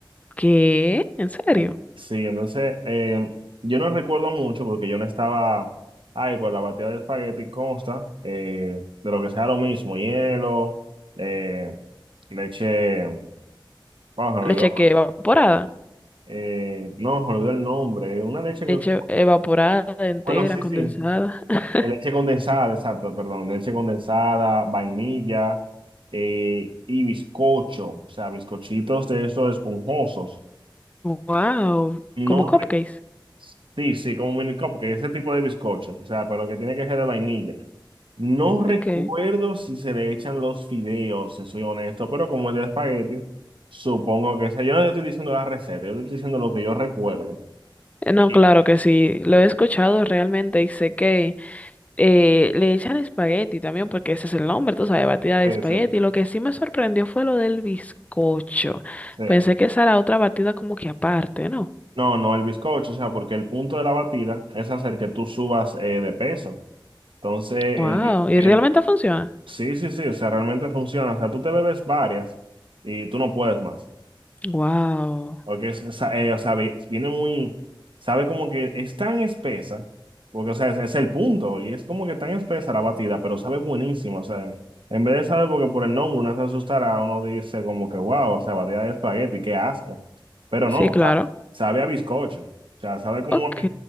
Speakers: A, on the left; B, on the right.
A: ¿Qué? ¿En serio?
B: Y, sí, entonces eh, yo no recuerdo mucho porque yo no estaba, ay, pues la batida de espagueti consta eh, de lo que sea lo mismo, hielo, eh, leche, vamos a
A: Leche
B: olvidó,
A: que evaporada.
B: eh, no, me olvidó el nombre, una leche
A: Leche
B: que,
A: evaporada entera,
B: bueno, sí,
A: condensada.
B: sí.
A: <laughs>
B: de leche condensada, exacto, perdón, de leche condensada, vainilla eh, y bizcocho, o sea, bizcochitos de esos esponjosos.
A: Wow,
B: No,
A: como cupcakes.
B: re- sí, sí, como mini que ese tipo de bizcocho, o sea, pero que tiene que ser de vainilla. No recuerdo
A: Ok.
B: si se le echan los fideos, si soy honesto, pero como es de espagueti, supongo que sea. Yo no estoy diciendo la receta, yo estoy diciendo lo que yo recuerdo.
A: Eh, No,
B: Sí,
A: claro que sí, lo he escuchado realmente y sé que eh, le echan espagueti también porque ese es el nombre, tú sabes, batida de
B: sí,
A: espagueti.
B: sí.
A: Lo que sí me sorprendió fue lo del bizcocho.
B: sí.
A: Pensé que esa era otra batida como que aparte, ¿no?
B: No, no, el bizcocho, o sea, porque el punto de la batida es hacer que tú subas eh, de peso. Entonces,
A: Wow,
B: el, bi-
A: ¿y
B: el,
A: realmente funciona?
B: sí, sí, sí, o sea, realmente funciona. O sea, tú te bebes varias y tú no puedes más.
A: Wow,
B: Porque, es- esa- eh, o sea, vi- viene muy, sabe como que es tan espesa, porque, o sea, es, es el punto, y es como que tan espesa la batida, pero sabe buenísimo, o sea, en vez de saber porque por el nombre uno se asustará, uno dice como que, wow, o sea, batida de espagueti, qué asco, pero
A: sí,
B: no,
A: claro.
B: sa- sabe a bizcocho, o sea, sabe como,
A: Ok,
B: a-